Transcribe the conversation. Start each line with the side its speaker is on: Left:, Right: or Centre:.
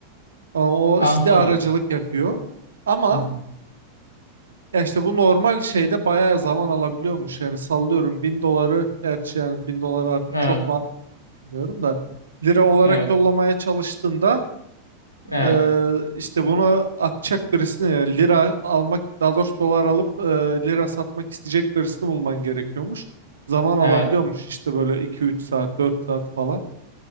Right: Ama O
Left: Anladım.
Right: istiharacılık yapıyor. Ama
Left: Hı hı.
Right: ya işte bu normal şeyde bayağı zaman alabiliyormuş. Yani sallıyorum bin doları gerçi yani bin doları artık
Left: Evet.
Right: çok mu bilmiyorum da lira olarak
Left: Evet.
Right: yollamaya çalıştığında
Left: Evet.
Right: e, işte bunu atacak birisine yani lira almak daha doğrusu dolar alıp e, lira satmak isteyecek birisini bulman gerekiyormuş. Zaman
Left: Evet.
Right: alabiliyormuş işte böyle iki üç saat 4 saat falan.